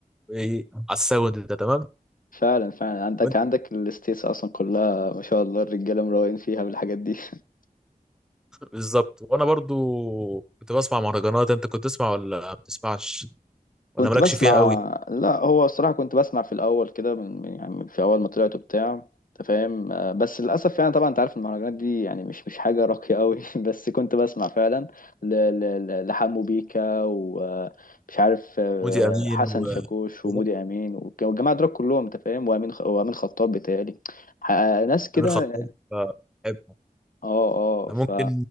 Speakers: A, in the centre; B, on the left.
A: ايه على الساوند ده تمام
B: فعلا فعلا عندك
A: وانت
B: عندك الستيتس اصلا كلها ما شاء الله الرجاله مروقين فيها بالحاجات دي <laughs>
A: بالظبط وانا برضو كنت بسمع مهرجانات انت كنت تسمع ولا ما بتسمعش ولا
B: كنت
A: مالكش
B: بسمع
A: فيها قوي
B: لا هو الصراحه كنت بسمع في الاول كده من من- يعني في اول ما طلعت وبتاع انت فاهم آه، بس للاسف يعني طبعا انت عارف المهرجانات دي يعني مش مش حاجه راقيه قوي <laughs> بس كنت بسمع فعلا ل- ل- ل- لحمو بيكا ومش عارف آه،
A: مودي امين
B: حسن
A: و
B: شاكوش
A: كده،
B: ومودي امين والج- والجماعه دول كلهم انت فاهم وامين خ- وامين خطاب بتهيألي ح- ناس كده
A: امين خطاب آه، بحبه
B: اه اه
A: انا
B: ف
A: ممكن